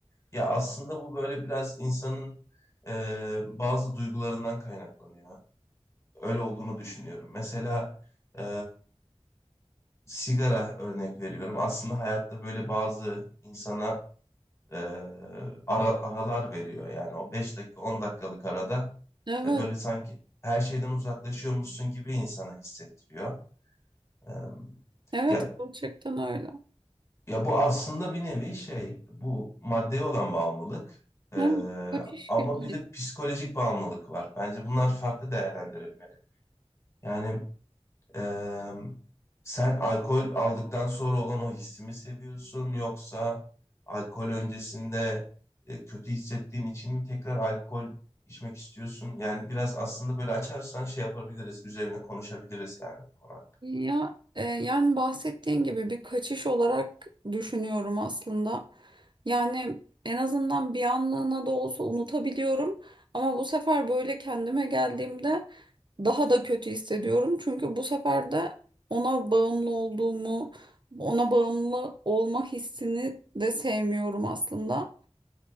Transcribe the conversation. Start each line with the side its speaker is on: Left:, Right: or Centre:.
Left: Ya aslında bu böyle biraz insanın e, bazı duygularından kaynaklanıyor. Öyle olduğunu düşünüyorum. Mesela e, sigara örnek veriyorum. Aslında hayatta böyle bazı insana e, ara, aralar veriyor. Yani o 5 dakika 10 dakikalık arada
Right: Evet,
Left: e, böyle sanki her şeyden uzaklaşıyormuşsun gibi insana hissettiriyor. E,
Right: evet
Left: ya
Right: gerçekten öyle.
Left: ya bu aslında bir nevi şey, bu maddeye olan bağımlılık e,
Right: Ha, kaçış
Left: ama
Right: gibi.
Left: bir de psikolojik bağımlılık var. Bence bunlar farklı değerlendirilmeli. Yani Ee, sen alkol aldıktan sonra olan o hissi mi seviyorsun yoksa alkol öncesinde e, kötü hissettiğin için mi tekrar alkol içmek istiyorsun? Yani biraz aslında böyle açarsan şey yapabiliriz, üzerine konuşabiliriz yani bu konu
Right: Ya, e, yani bahsettiğin gibi bir kaçış olarak düşünüyorum aslında. Yani en azından bir anlığına da olsa unutabiliyorum. Ama bu sefer böyle kendime geldiğimde daha da kötü hissediyorum. Çünkü bu sefer de ona bağımlı olduğumu, ona bağımlı olma hissini de sevmiyorum aslında.